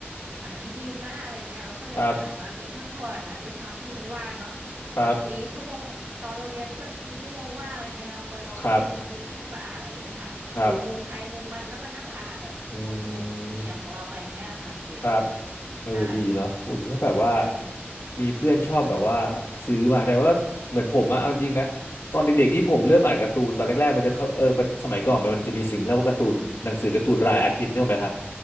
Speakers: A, on the right; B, on the left.
A: อ่าให้ยืมนะอะไรเงี้ยเราก็เลยอ่านมาเป็นทอดๆค่ะด้วยความที่มันว่างเนาะ
B: ครับครับ
A: แบบมีชั่วโมงตอนเราเรียนมันก็มีชั่วโมงว่างอะไรเงี้ยเราก็เราก็เลยยืมยืมเพื่อนมาอ่านอะไรเงี้ยค่ะอยู่มุมใครมุมมันแล้วก็นั่งอ่านแบบสงบสงบเสงี่ยมของเราไปเงี้ยค่ะคุณเบน
B: ครับครับอืมครับ เออดีเนาะหุ่นก็แบบว่า
A: ใช่อืม
B: มีเพื่อนชอบแบบว่าซื้อมาแต่ว่าเหมือนผมอะเอาจริงนะตอนเด็กๆที่ผมเริ่มอ่านการ์ตูนตอนแรกๆมันจะเข้าเออปะสมัยก่อนมันจะมีสิ่งเรียกว่าการ์ตูนหนังสือการ์ตูนรายอาทิตย์เนี่ยหรอกไหมครับ